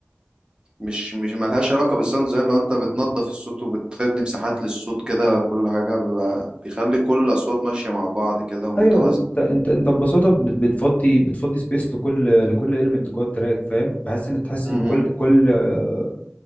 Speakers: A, on the right; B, on the left.
A: مش مش ملهاش علاقة بالساوند ديزاين لو انت بتنظف الصوت وبتدي مساحات للصوت كده كل حاجة بيبقى بيخلي كل الأصوات ماشية مع بعض كده ومتوازنة
B: ايوه انت انت انت ببساطه بت- بتفضي بتفضي سبيس لكل لكل المنت جوه التراك فاهم بحس ان تحس
A: م-
B: ان
A: م.
B: كل كل آه،